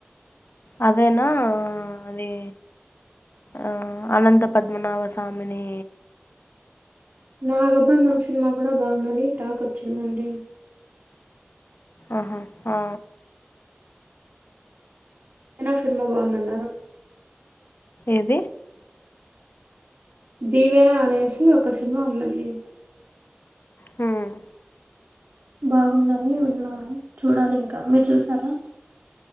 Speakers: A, on the left (about 60°); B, on the right (about 75°).
A: అదేనా అది ఆ అనంత పద్మనాభ స్మని
B: నాగబంధం సినిమా కూడా బాగుందని టాక్ వచ్చిందండి
A: ఆహా ఆ
B: అయినా సినిమా బాగుందన్నారు
A: ఏది
B: దీవేన అనేసి ఒక సినిమా ఉందండి
A: హ్మ్
B: బాగుందని విన్నాను చూడాలి ఇంకా మీరు చూసారా